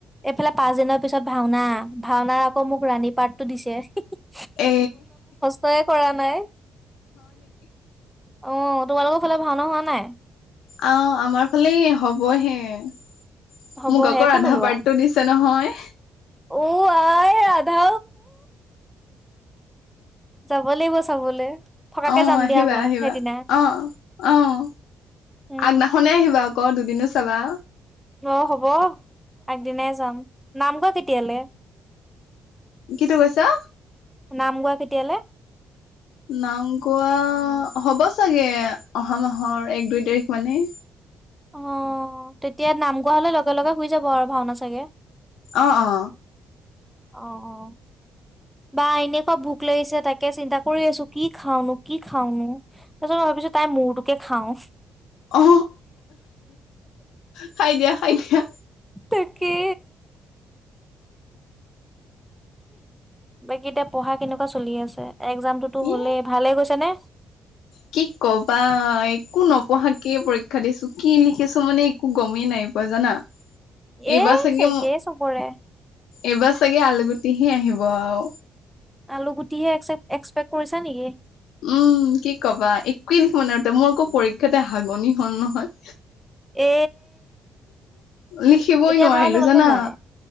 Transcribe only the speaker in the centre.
এইফালে পাঁচ দিনৰ পিছত ভাওনা, ভাওনাৰ আকৌ মোক ৰাণী পাৰ্টতো দিছে। হি হি
তয় কৰা নাই অ তোমালোকৰ ফালে ভাওনা হোৱা নাই
হ'বহে
একো
নোলোৱা
অ- আই ৰাধা যাব লাগিব চা চাবলে থকাকে
যাম
দিয়া মই সেইদিনা
উম
অ হ'ব, আগদিনাই যাম নামঘ কেতিয়ালে
নাম গোৱা কেতিয়ালে
অহ, তেতিয়া নাম গোৱা হলে লগে-লগে হই যাব আৰু ভাওনা চাগে?
অ অ বা এনেকুৱা ভোক লাগিছে তাকে চিন্তা কৰি আছো কি খাওনো কি খাওনো তাৰ--ছত ভাবিছোঁ তাই মূৰটোকে খাওঁ
তাকে বাকী এতিয়া পঢ়া কেনেকুৱা চলি আছে। একজামটোতো
হ'লেই ভালে গৈছে নে
এ
চাইকে চবৰে
আলু গুটিহে এক এক্সপেক্ট কৰিছা নিকি?
এ
এতিয়া
ভাল হ'লনে
নাই?